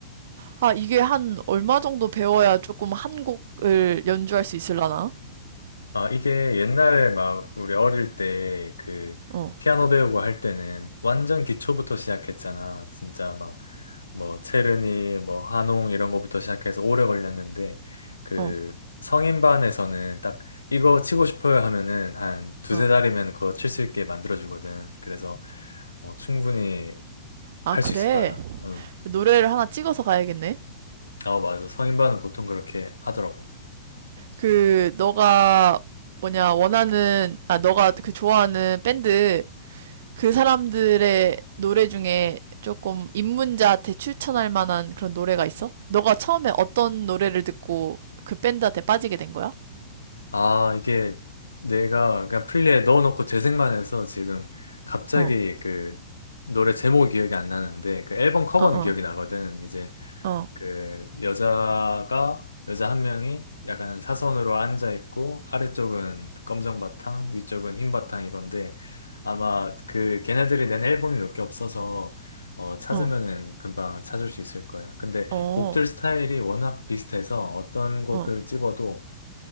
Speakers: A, on the right (about 60°); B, on the left (about 90°).
A: 아, 이게 한 얼마 정도 배워야 조금 한 곡을 연주할 수 있을라나?
B: 아, 이게 옛날에 막 우리 어릴 때 그
A: 어,
B: 피아노 배우고 할 때는 완전 기초부터 시작했잖아. 진짜 막 뭐 체르니, 뭐 한홍 이런 거부터 시작해서 오래 걸렸는데 그
A: 어,
B: 성인반에서는 딱 이거 치고 싶어요 하면은 한 두세
A: 어.
B: 달이면 그거 칠 수 있게 만들어주거든. 그래서 어, 충분히
A: 아,
B: 할
A: 그래.
B: 수 있을 거야. 응.
A: 노래를 하나 찍어서 가야겠네.
B: 아, 맞아. 성인반은 보통 그렇게 하더라고.
A: 그 너가 뭐냐 원하는 아 너가 그 좋아하는 밴드 그 사람들의 노래 중에 조금 입문자한테 추천할 만한 그런 노래가 있어? 너가 처음에 어떤 노래를 듣고 그 밴드한테 빠지게 된 거야?
B: 아, 이게 내가 그냥 플리에 넣어놓고 재생만 해서 지금 갑자기
A: 어,
B: 그 노래 제목이 기억이 안 나는데 그 앨범 커버는
A: 어, 어,
B: 기억이 나거든. 이제
A: 어,
B: 그 여자가 여자 한 명이 약간 사선으로 앉아 있고 아래쪽은 검정 바탕, 위쪽은 흰 바탕 이건데 아마 그 걔네들이 낸 앨범이 몇 개 없어서 어, 찾으면은
A: 어,
B: 금방 찾을 수 있을 거야. 근데
A: 어,
B: 곡들 스타일이 워낙 비슷해서 어떤 곡을
A: 어,
B: 집어도